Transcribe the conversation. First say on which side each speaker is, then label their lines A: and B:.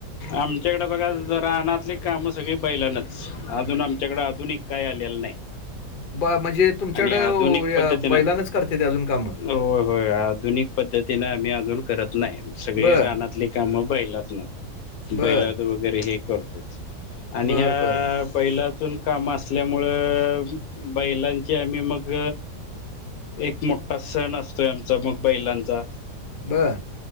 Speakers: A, on the left; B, on the left.
A: आमच्याकडें बघा रानातली कामं सगळी बैलानच अजून आमच्याकडें आधुनिक काही आलेलं नाही.
B: ब म्हणजे तुमच्याकडं
A: आणि आधुनिक
B: अ, या
A: पद्धतीने
B: बैलानंच करतात अजून कामं?
A: हो होय आधुनिक पद्धतीन आम्ही अजून करत नाही. सगळे
B: बरं,
A: रानातली काम बैलात न
B: बरं,
A: बैलाद वगैरे हे करतच आणि
B: बरं,
A: ह्या
B: बरं,
A: बैलातून काम असल्यामुळं बैलांची आम्ही मग एक मोठा सण असतोय आमचा मग बैलांचा.
B: बरं,